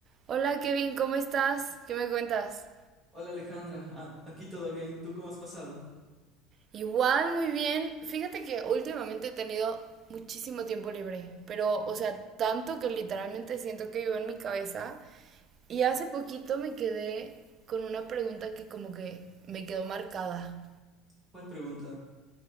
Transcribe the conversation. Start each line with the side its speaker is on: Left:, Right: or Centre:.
Right: Hola Kevin, ¿cómo estás? ¿Qué me cuentas?
Centre: Hola Alejandra, Ah, aquí todo bien. ¿Y tú cómo has pasado?
Right: Igual, muy bien. Fíjate que últimamente he tenido muchísimo tiempo libre, pero, o sea, tanto que literalmente siento que vivo en mi cabeza. Y hace poquito me quedé con una pregunta que como que me quedó marcada.
Centre: ¿Cuál pregunta?